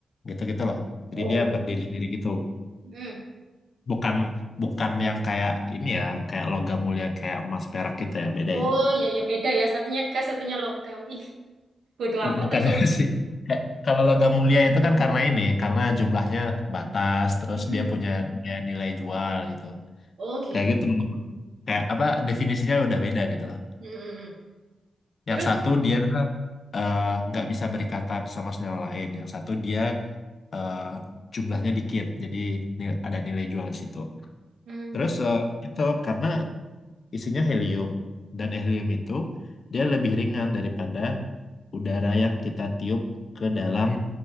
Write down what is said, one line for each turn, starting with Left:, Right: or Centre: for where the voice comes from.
Left: Gitu-gitu loh. Jadi
Right: Oh.
Left: dia berdiri sendiri gitu.
Right: Hmm.
Left: bukan bukan yang kayak ini ya kayak logam mulia kayak emas perak gitu ya beda
Right: Oh,
Left: itu
Right: ya, ya, beda ya. Satunya gas, satunya logam. Ih, bodo
Left: Bu-
Right: amat
Left: bukan
Right: aku.
Left: <laughs>
Right: <laughs>
Left: sih Kayak- kalau logam mulia itu kan karena ini karena jumlahnya terbatas terus
Right: Hmm.
Left: dia punya dia nilai jual gitu
Right: Oh, gitu.
Left: kayak gitu
Right: Hmm.
Left: kayak apa definisinya udah beda gitu lah
Right: hmm, hmm. Terus?
Left: yang satu dia eh, nggak bisa berikatan sama senyawa lain yang satu dia eh, jumlahnya dikit jadi ni- ada nilai jual di situ
Right: Hmm.
Left: terus eh, itu karena isinya helium dan helium itu dia lebih ringan daripada udara yang kita tiup ke dalam